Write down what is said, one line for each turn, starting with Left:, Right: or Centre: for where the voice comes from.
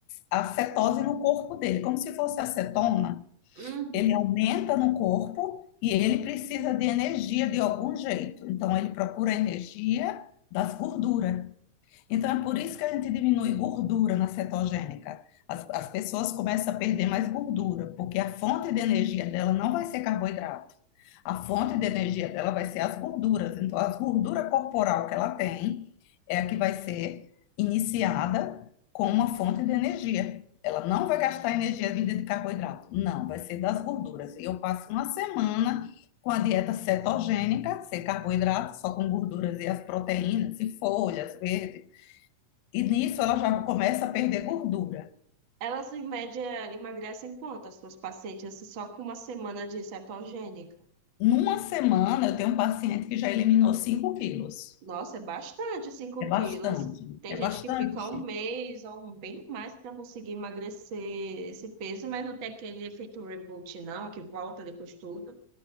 Left: a cetose no corpo dele, como se fosse acetona,
Right: Uhum.
Left: ele aumenta no corpo e ele precisa de energia de algum jeito. Então ele procura a energia das gorduras. Então, é por isso que a gente diminui gordura na cetogênica. As, as pessoas começam a perder mais gordura, porque a fonte de energia dela não vai ser carboidrato. A fonte de energia dela vai ser as gorduras. Então, a gordura corporal que ela tem é a que vai ser iniciada com uma fonte de energia. Ela não vai gastar energia vinda de carboidrato. Não, vai ser das gorduras. E eu passo uma semana com a dieta cetogênica, sem carboidrato, só com gorduras e as proteínas, e folhas, verde, e nisso ela já começa a perder gordura.
Right: Elas, em média, emagrecem quanto as suas pacientes se só com uma semana de cetogênica?
Left: Numa semana, eu tenho um paciente que já eliminou 5 quilos.
Right: Nossa, é bastante, cinco
Left: É bastante,
Right: quilos. Tem
Left: é
Right: gente
Left: bastante.
Right: que fica um mês ou bem mais para conseguir emagrecer esse peso, mas não tem aquele efeito reboot, não, que volta depois tudo.